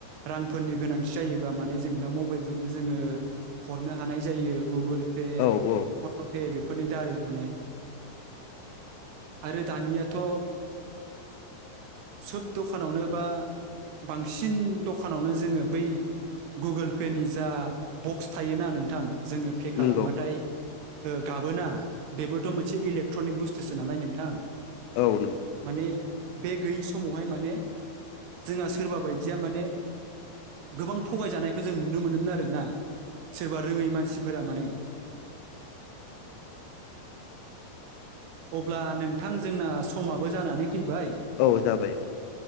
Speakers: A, on the right (about 75°); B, on the left (about 85°).
A: रांफोरनि गोनांथि जायोबा माने जों दा मबाइलजोंनो जोङो हरनो हानाय जायो गुगोल पे
B: औ औ
A: फन पे बेफोरनि दारै माने आरो दानियाथ' सोब दखानावनो बा बांसिन दखानावनो जोङो बै गुगोल पेनि जा बक्स थायोना नोंथां जोङो पे खालामबाथाय
B: नंगौ
A: गाबोना बेबोथ' मोनसे एसे इलेक्ट्रनिक बुस्थुसो नालाय नोंथां
B: औ औ नों
A: माने बे गैयि समावहाय माने जोंहा सोरबा बायदिया माने गोबां थगायजानायखौ जों नुनो मोनोमोन आरोना। सोरबा रोङै मानसिफोरा माने। <inaudible> अब्ला नोंथां जोंना समाबो जानानै। फैबाय
B: औ जाबाय औ